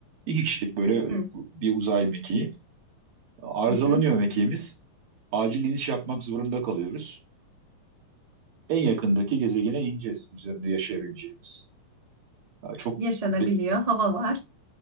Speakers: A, on the right; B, on the right.
A: İki kişilik böyle
B: Hı,
A: bir uzay mekiği. Arızalanıyor
B: hı, hı.
A: mekiğimiz. Acil iniş yapmak zorunda kalıyoruz. En yakındaki gezegene ineceğiz üzerinde yaşayabileceğimiz. Ya Çok
B: Yaşanabiliyor.
A: de-
B: Hava var.